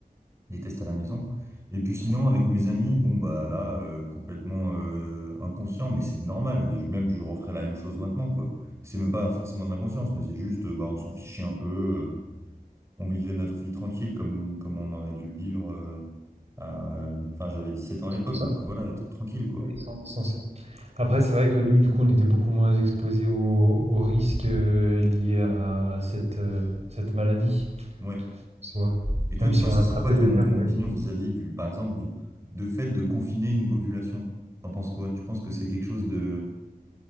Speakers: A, on the right; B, on the right.
A: des tests à la maison. Et puis sinon, avec mes amis, bon, bah là, euh, complètement euh, inconscient, mais c'est normal. Je, même, je referais la même chose maintenant, quoi. C'est même pas forcément de l'inconscience, mais c'est juste, euh, bah, on s'en fichait un peu. euh, on vivait notre vie tranquille comme, comme on aurait dû le vivre. euh, à- Enfin, j'avais 17 ans à l'époque,
B: Sans
A: donc voilà, être tranquille, quoi.
B: oui, sans sans Après, c'est vrai que nous, du coup, on était beaucoup moins exposés aux, aux risques euh, liés à cette, euh, cette maladie,
A: Ouais.
B: soit.
A: Et toi,
B: Même
A: toi,
B: si on
A: ce
B: l'attrapait,
A: serait quoi ton,
B: je veux dire
A: ton
B: qu'on
A: opinion
B: était.
A: vis-à-vis du, par exemple, du, de fait de confiner une population? T'en penses quoi? Tu penses que c'est quelque chose de,